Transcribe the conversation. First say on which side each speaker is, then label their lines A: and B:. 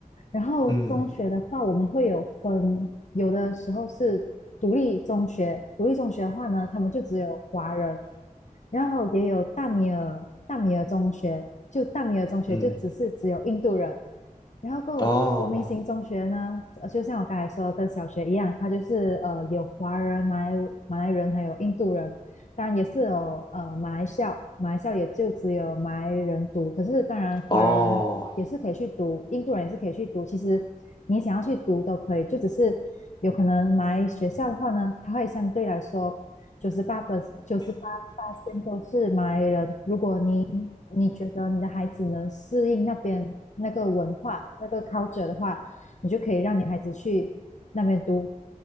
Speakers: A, on the left; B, on the left.
A: 然后中学的话，
B: 嗯
A: 我们会有分，有的时候是独立中学，独立中学的话呢，他们就只有华人，然后也有大米尔大米尔中学，就大米尔中学就只是只有印度人，
B: 嗯，
A: 然后够国民型中学呢，
B: 哦
A: 呃就像我刚才说的，跟小学一样，它就是呃有华人、马来马来人还有印度人，当然也是有呃马来校，马来校也就只有马来人读，可是当然华人也是可以去读，
B: 哦，
A: 印度人也是可以去读，其实你想要去读都可以，就只是有可能马来学校的话呢，它会相对来说九十八百九十八八线都是马来人。如果你你觉得你的孩子能适应那边那个文化、那个 culture 的话，你就可以让你孩子去那边读。